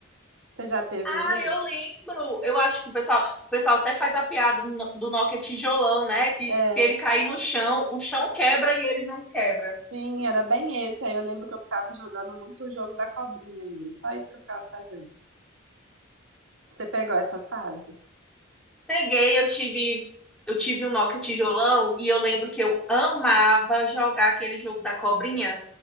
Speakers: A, on the right (about 70°); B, in the centre.
A: Você já teve
B: Ah,
A: um desses?
B: eu lembro. Eu acho que o pessoal, o pessoal até faz a piada do no- do Nokia tijolão, né? Que
A: É.
B: se ele cair no chão, o chão quebra e ele não quebra.
A: Sim, era bem esse. Aí eu lembro que eu ficava jogando muito o jogo da cobrinha nele. Só isso que eu ficava fazendo. Você pegou essa fase?
B: Peguei, eu tive, eu tive um Nokia tijolão e eu lembro que eu amava jogar aquele jogo da cobrinha.